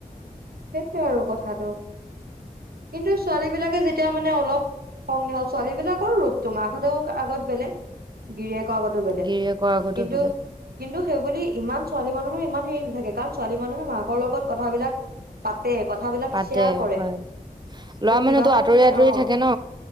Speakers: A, on the right; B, on the right.
A: সেইটোৱে আৰু কথাটো। কিন্তু ছোৱালী বিলাকে যেতিয়া মানে অলপ সং ছোৱালী বিলাকৰো ৰূপ তোমাৰ আগতেও আগত বেলেগ। গিৰিয়েকৰ আগতো বেলেগ
B: গিৰিয়েকৰ আগতো
A: কিন্তু
B: বেলেগ
A: কিন্তু সেই বুলি ইমান ছোৱালী মানুহৰ ইমান হেৰী নাথাকে। কাৰণ, ছোৱালী মানুহে মাকৰ লগত কথা বিলাক পাতে, কথা বিলাক
B: পাতে
A: ছেয়াৰ কৰে।
B: হয়, ল'ৰা
A: ত'
B: মানুহতো
A: কিবা এটা
B: আঁতৰি
A: মানে
B: আঁতৰি
A: অ,
B: থাকে ন।